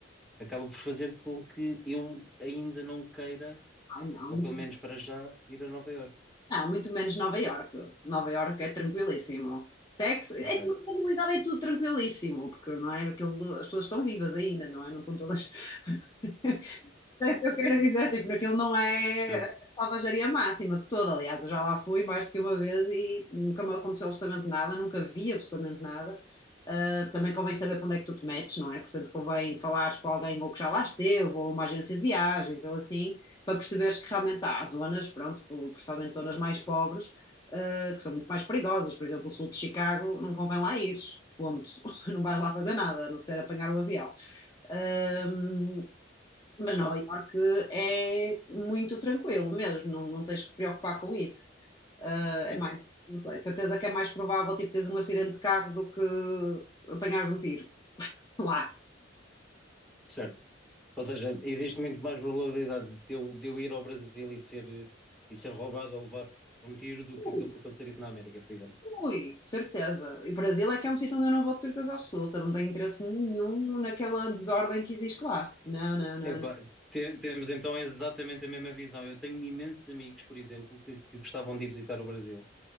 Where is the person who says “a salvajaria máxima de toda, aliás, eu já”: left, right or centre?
Left